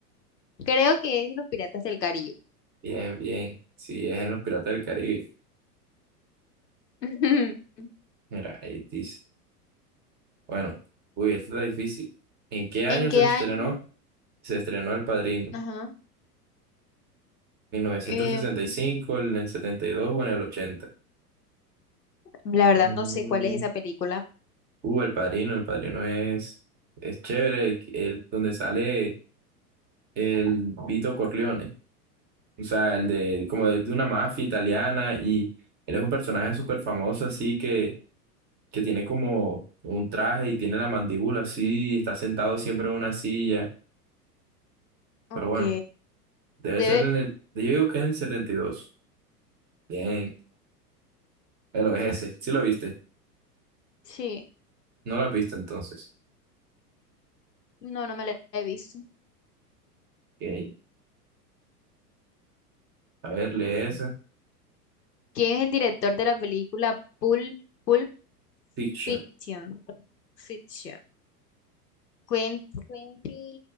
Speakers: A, on the left; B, on the right.
A: Creo que es Los Piratas del Caribe.
B: Bien, bien. Si es en los Piratas del Caribe.
A: <laughs>
B: Mira, ahí dice. Bueno, uy, esta está difícil. ¿En qué
A: ¿En
B: año
A: qué
B: se estrenó?
A: año?
B: Se estrenó El Padrino.
A: Ajá.
B: ¿1965,
A: Em,
B: en el 72 o en el 80?
A: la verdad
B: Mm,
A: no sé cuál es esa película.
B: Uh, El Padrino, El Padrino es, es chévere. El, el- donde sale el Vito Corleone. O sea, el de, como de, de una mafia italiana y él es un personaje súper famoso, así que que tiene como un traje y tiene la mandíbula así, y está sentado siempre en una silla.
A: Ok.
B: Pero bueno, debe
A: Debe
B: ser en el. Yo digo que es el setenta y dos Bien, el es ese. ¿Sí lo viste?
A: Sí,
B: No la viste entonces.
A: no, no me la he visto.
B: Ok. A ver, lee esa.
A: ¿Quién es el director de la película Pulp, Pulp
B: Fiction.
A: Fiction? Fiction. Quent- Quentin